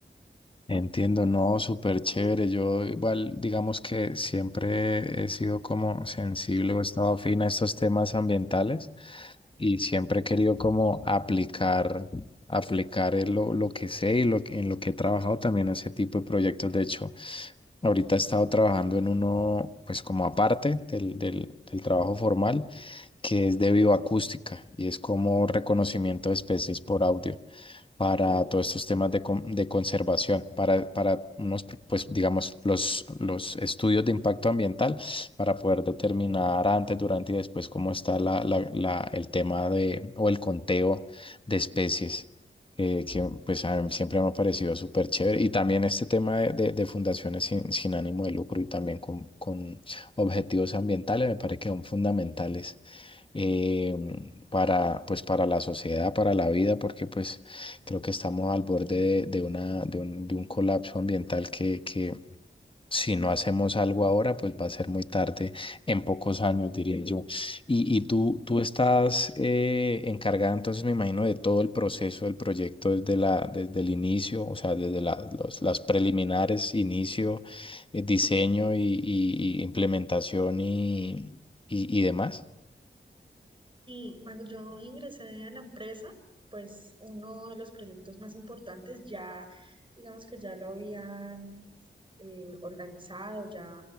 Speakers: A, on the left; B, on the right.
A: Entiendo, no, súper chévere. Yo igual, digamos que siempre he sido como sensible o he estado afín a estos temas ambientales. y siempre he querido como aplicar, aplicar en lo, lo que sé y lo, que- en lo que he trabajado también ese tipo de proyectos. De hecho, ahorita he estado trabajando en uno, pues como aparte del, del, del trabajo formal, que es de bioacústica y es como reconocimiento de especies por audio para todos estos temas de, con- de conservación, para, para unos, pues digamos, los, los estudios de impacto ambiental, para poder determinar antes, durante y después cómo está la, la- la- el tema de, o el conteo de especies. eh, que pues a mí siempre me ha parecido súper chévere. Y también este tema de, de- de fundaciones sin, sin ánimo de lucro y también con, con objetivos ambientales me parece que son fundamentales eh, para, pues, para la sociedad, para la vida, porque pues creo que estamos al borde de, de una, de un, de un colapso ambiental que, que si no hacemos algo ahora, pues va a ser muy tarde, en pocos años, diría yo. Y, y tú, tú estás eh, encargada, entonces me imagino, de todo el proceso del proyecto desde la, desde el inicio, o sea, desde la- los- las preliminares, inicio, eh, diseño y, y- y implementación y, y y demás.
B: Sí, cuando yo ingresé a la empresa, pues uno de los proyectos más importantes ya, digamos que ya lo habían eh, organizado, ya,